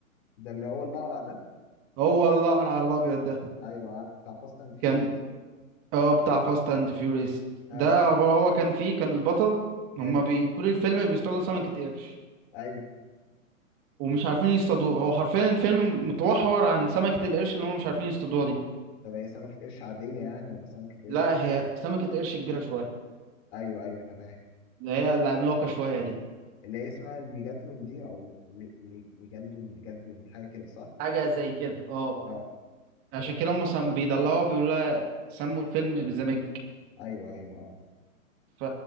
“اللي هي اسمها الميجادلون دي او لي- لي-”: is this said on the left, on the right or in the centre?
Left